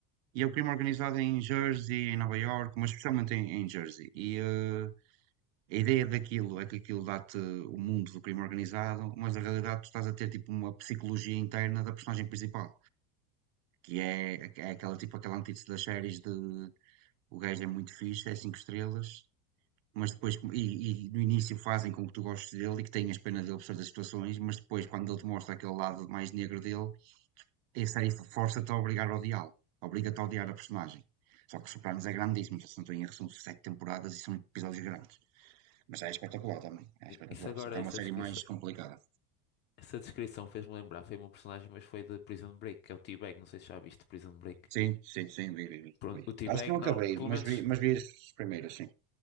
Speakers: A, on the right; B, on the left.
A: E é o crime organizado em Jersey, em Nova York, mas especialmente em, em Jersey. E, eh, A ideia daquilo é que aquilo dá-te o mundo do crime organizado, mas na realidade tu estás a ter tipo uma psicologia interna da personagem principal, que é, é aquela tipo aquela antítese das séries de o gajo é muito fixe, é cinco estrelas, mas depois e, e no início fazem com que tu gostes dele e que tenhas pena dele por certas situações, mas depois quando ele te mostra aquele lado mais negro dele, essa aí força-te a obrigar a odiá-lo, obriga-te a odiar a personagem. Só que Sopranos é grandíssimo, já se não estou em erro, são sete temporadas e são episódios grandes. Mas é espetacular também. É espetacular.
B: I- Isso agora,
A: Só que é
B: essa
A: uma série
B: descrição.
A: mais complicada.
B: Essa descrição fez-me lembrar, foi um personagem, mas foi de Prison Break, que é o T-Bag, não sei se já viste Prison Break.
A: Sim, sim, sim, vi, vi, vi.
B: Pronto,
A: vi.
B: o T-Bag,
A: Acho que não acabei,
B: não, pelo
A: mas
B: menos,
A: vi, mas vi as primeiras, sim.